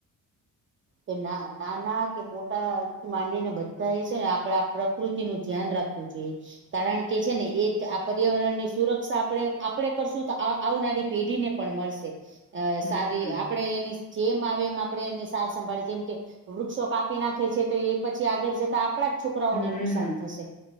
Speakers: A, on the right; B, on the left.
A: તે ના નાના કે મોટા થી માંડીને બધ્ધાએ છેને, આપડા પ્રકૃતિ નું ધ્યાન રાખ વુ જોઈએ, કારણકે છેને એજ આ પર્યાવરણ ની સુરક્ષા આપડે, આપડે કરશુંતો આવ-આવનારી પીઢીને પણ મળશે. અ
B: હમ,
A: સારી,
B: હમ.
A: આપડે એની જેમ આવે એમ આપડે એની સા સંભાળ, જેમ કે, વૃક્ષો કાપી નાખે છે, તો એ પછી આગળ જતા આપ પડા જ છોકરાઓને
B: હમ
A: નુકસાન થશે,